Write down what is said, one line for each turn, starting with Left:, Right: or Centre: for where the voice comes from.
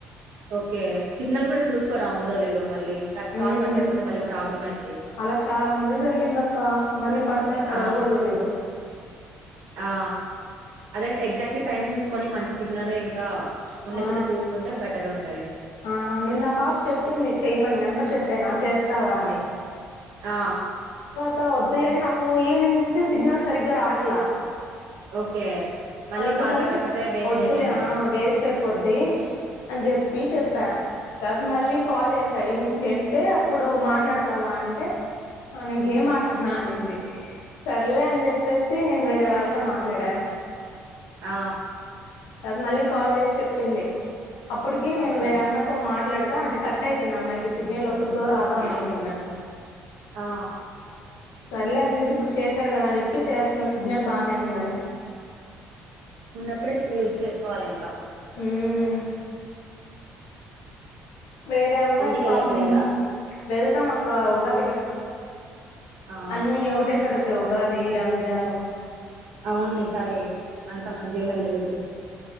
Right: ఓకే సిగ్నల్ కూడా చూసుకోరా ఉందో లేదో మళ్ళీ కట్ కాల్
Left: మ్మ్
Right: కట్ అయిపోతే మళ్ళీ ప్రాబ్లం అయిద్ది
Left: అలా చాలా మందిగ్ జరిగింది అక్క మనీ పడతాయో పడవో
Right: ఆ
Left: కూడా తెలీదు
Right: ఆ అదే ఎక్ ఎగ్జాక్ట్లీ టైమ్ చూసుకొని మంచి సిగ్నల్ ఇంకా ఉండే
Left: ఆ
Right: చోట చూసుకుంటే బెటర్ ఉంటది
Left: ఆ నిన్న ఆ పాప చెప్పింది చెయమని నెంబర్ చెప్పాను అ చేస్తావా అని
Right: ఆ
Left: త వద్దులే నాకు ఈవినింగ్ నుంచి సిగ్నల్స్ సరిగ్గా రాట్లా
Right: ఓకే మళ్ళీ
Left: అందుకని
Right: కాల్ కట్ అయిపోతే వేస్ట్
Left: ఒద్దులే
Right: అయిపోద్దిగా
Left: ఆ వేస్ట్ అయిపోద్ది అని చెప్పి చెప్పా తరత మళ్ళీ
Right: ఆ
Left: కాల్ చేసా ఈవినింగ్ చేస్ సే అప్పుడు మాట్లాడతావా అంటే ఆ నేన్ గేమ్ ఆడుతున్న అనింది సర్లే అని జెప్పేసి నేను వేరే వాళ్ళతో మాట్లాడా
Right: ఆ
Left: తను మళ్ళీ కాల్ చేసి చెప్పింది అప్పటికి నేను
Right: ఓకే
Left: వేరే అమ్మాయితో మాట్ మాట్లాడతా అంటే కట్ అయిపోయింది అమ్మాయికు సిగ్నల్ వస్తద్దో రాదో అనుకుంటున్నా
Right: ఆ
Left: సర్లే అని చెప్పి ఇప్పుడు చేశారు కదా అని చెప్పి చేస్తున్న సిగ్నల్ బానే ఉందని
Right: ఉన్నప్పుడే యూజ్ చేసుకోవాలి ఇంకా
Left: మ్ వేరే అమ్మాయికి
Right: ఇంటికెళ్ళట్లేదా
Left: పాపం వెళ్తాం అక్క ఉగాదికి వెళ్తాం
Right: ఆ
Left: అన్ని ఒకటే సార్ వచ్చయి ఉగాది రంజాను
Right: అవును ఈ సారి అంత మంచిగా జరుగుతు